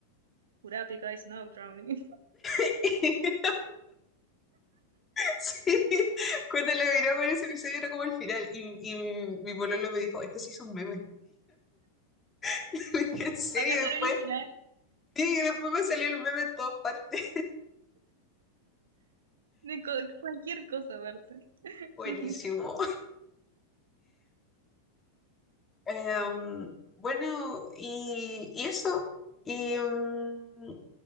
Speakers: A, on the right; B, on the left.
A: is y drowning
B: <laughs> Sí, <laughs> cuando la miramos en ese episodio era como el final y, y mi mi pololo me dijo, esto sí son memes. <laughs> Le dije,
A: <laughs>
B: ¿en serio?
A: Acá está
B: Y después,
A: el original
B: sí, y después me salió el meme en todas partes.
A: de co- cualquier cosa aparte. <laughs>
B: <laughs> Buenísimo. Em, bueno, y, y eso. Y mm,